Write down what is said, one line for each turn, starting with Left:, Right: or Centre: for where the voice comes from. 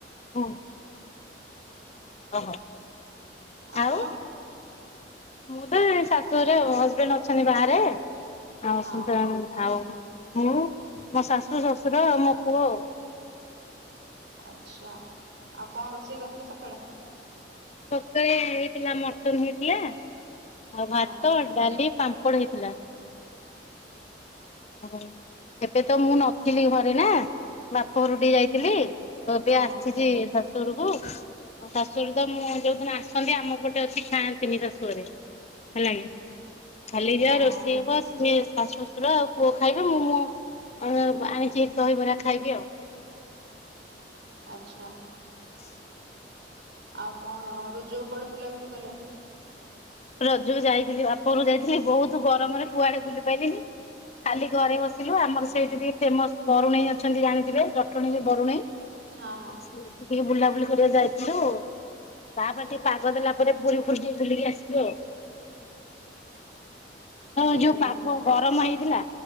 Left: ଓ କହ।
Right: ଆପଣ
Left: ଆଉ ମୁଁ ତ ଏ ଶାଶୁଘରେ ହଜବେଣ୍ଡ ଅଛନ୍ତି ବାହାରେ। ବୋଉମୋ
Right: ହଁ
Left: ଶାଶୁ ଶଶୁର ଆଉ ମୋ ପୁଅ।
Right: ଆଚ୍ଛା ଆଉ କଣ ରୋଷେଇ କରିଥିଲ ସକାଳେ?
Left: ତତେ ହେଇଥିଲା ମଟନ ହେଇଥିଲା। ଆଉ ଭାତ
Right: ହଁ
Left: ଡାଲି ପାମ୍ପଡ ହେଇଥିଲା। ହଁ ଏବେ ତ ମୁଁ ନଥିଲି ଘରେ ନା। ବାପ ଘରକୁ ଟିକିଏ ଯାଇଥିଲି ଏବେ
Right: ହଁ
Left: ଆସିଛି ଶାଶୁଘରକୁ। ମୋ ଶାଶୁଘରୁ ତ ମୁଁ ଯୋଉଦିନ ଆସନ୍ତି ଆମ ପଟେ ଅଛି ଖାଆନ୍ତିନି ଶାଶୁଘରେ। ହେଲାଗେ ଖାଲି
Right: ହଁ
Left: ଯା ରୋଷେଇ ହବ ସିଏ ଶାଶୁ ଶ୍ୱଶୁର ଆଉ ପୁଅ ଖାଇବେ ମୁଁ ମୁଁ ଆ ଆଣିଚି ଦହିବରା ଖାଇବି ଆଉ।
Right: ଆଚ୍ଛା।
Left: ହ <inaudible>
Right: ଆଉ କଣ? ରୋଜକୁ କୁଆଡେ ବୁଲାବୁଲି କଲେ?
Left: ରଜକୁ ଯାଇଥିଲି ବାପଘରକୁ ଯାଇଥିଲି। ବହୁତ୍ ଗରମରେ କୁଆଡେ ବୁଲି ପାଇଲିିନି। ଖାଲି ଘରେ ବସିଲୁ। ଆମର ସେଇଠି ଟିକିଏ ଫେମସ ବରୁଣେଇ ଅଛନ୍ତି ଜାଣିଥିବେ। ଜଟଣୀରେ ବରୁଣେଇ।
Right: ହଁ ହଁ
Left: ଅଛି। ଟିକିଏ ବୁଲାବୁଲି କରିବା ଯାଇଥିଲୁ। ତାପରେ ଟିକିଏ ପାଗ ଦେଲା ପରେ ପୁରୀ ଫୁରୀ ଟିକିଏ ବୁଲିକି ଆସି ଯୋ। ହଁ
Right: ଆଉ
Left: ଯୋଉ
Right: ବୁଲି
Left: ପାଗ ଗରମ ହେଇଥିଲା